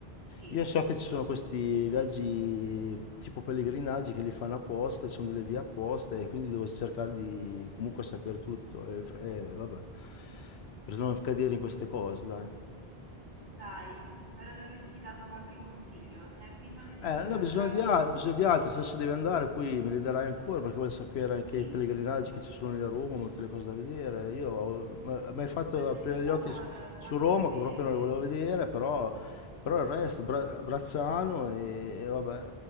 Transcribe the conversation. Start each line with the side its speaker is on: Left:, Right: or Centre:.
Right: Sì,
Left: Io so che ci sono questi viaggi tipo pellegrinaggi che li fanno apposta, ci sono delle vie apposta e quindi devo cercare di comunque sapere tutto e, e vabbè, per non cadere in queste cose, dai.
Right: dai, spero di averti dato qualche consiglio. Se hai bisogno di
Left: Eh,
Right: qualche
Left: ne ho
Right: altra
Left: bisogno di, al- ho
Right: dritta,
Left: bisogno di altri, se adesso devi andare poi me li darai ancora perché voglio sapere anche
Right: sì,
Left: i pellegrinaggi che ci sono lì a Roma, tutte le cose da vedere. Io ho- m- mi hai fatto
Right: qualsiasi
Left: aprire
Right: cosa,
Left: gli occhi su,
Right: eh,
Left: su
Right: fammi
Left: Roma
Right: sapere
Left: che proprio non
Right: che
Left: le volevo vedere, però, però il resto, Bra- Bracciano e, e vabbè,